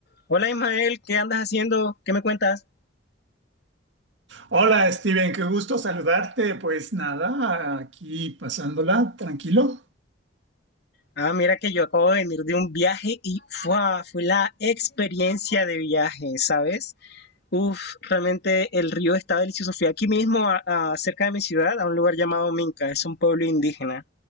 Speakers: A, on the left (about 65°); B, on the right (about 90°).
A: Hola Ismael, ¿qué andas haciendo? ¿Qué me cuentas?
B: Hola Steven, qué gusto saludarte. Pues nada, aquí pasándola, tranquilo.
A: Ah, mira que yo acabo de venir de un viaje y ¡fua! fue la experiencia de viaje, ¿sabes? Uf, realmente el río está delicioso. Fui aquí mismo, a- a- cerca de mi ciudad, a un lugar llamado Minca, es un pueblo indígena